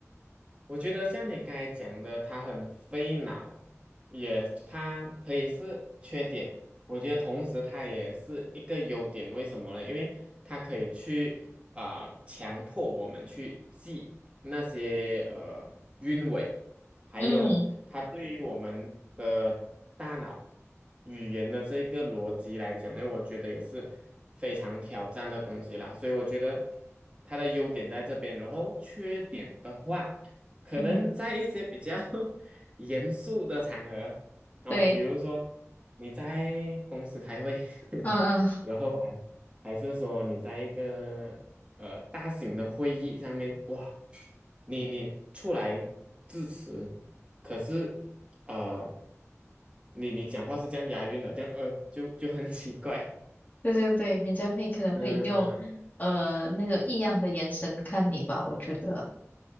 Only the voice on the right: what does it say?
我觉得像你刚才讲的，它很费脑，也它可以是缺点。我觉得同时它也是一个优点，为什么呢？因为它可以去啊、强迫我们去记那些呃韵尾，还有它对于我们的大脑
语言的这个逻辑来讲呢，我觉得也是非常挑战的东西啦。所以我觉得它的优点在这边，然后缺点的话。可能在一些比较
<laughs> 严肃的场合啊，
比如说你在公司开会，
<laughs> 然后还还是说你在一个呃大型的会议上面，哇，你你出来致辞，可是呃你你讲话是这样押韵的，这样呃就就很奇怪，
嗯